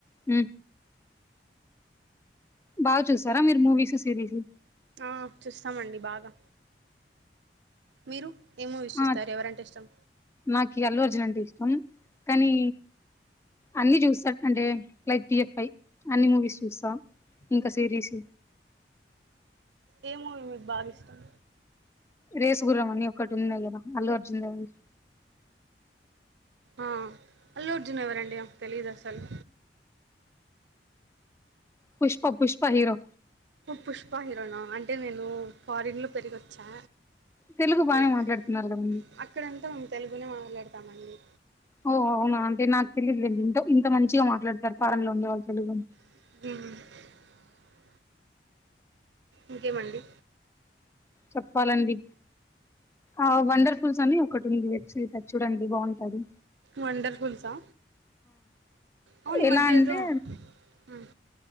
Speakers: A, on the left (about 15°); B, on the right (about 80°).
A: మ్ బా చూసారా మీరు మూవీస్ సిరీస్
B: ఆ చూస్తామండి బాగా మీరు ఏ మూవీస్ చూస్తార
A: ఆ
B: ఎవరంటే ఇష్టం
A: నాకి అల్లు అర్జున్ అంటే ఇష్టం కానీ అన్ని చూస్తా అంటే లైక్ డిఎఫ్ఐ అన్ని మూవీస్ చూస్తా ఇంకా సిరీస్
B: ఏ మూవీ మీకు బాగా ఇష్టం
A: రేసుగుర్రం అని ఒకటి ఉంది కదా అల్లు అర్జున్ద ఉంది
B: ఆ అల్లు అర్జున్ ఎవరండి నాకు తెలీదు అసలు
A: పుష్ప పుష్ప హీరో
B: పుష్ప హీరోనా అంటే నేను ఫారిన్ లో పెరిగి వచ్చా
A: తెలుగు బానే
B: లైక్
A: మాట్లాడుతున్నారు కదా మీరు
B: అక్కడంతా మేము తెలుగునే మాట్లాడతామండి
A: ఓ అవునా అంటే నాకు తెలిదుండి ఇ ఇంత మంచిగా మాట్లాడతారు ఫారన్ లో ఉండే వాళ్ళు తెలుగు
B: మ్ ఇంకేమండి
A: చెప్పాలండి ఆ వండర్ఫుల్స్ అని ఒకటి ఉంది వెబ్ సిరీస్ అది చూడండి బావుంటది
B: వండర్ఫుల్సా అవును ఈ
A: ఎలా
B: మధ్య
A: అంటే
B: ఏదో మ్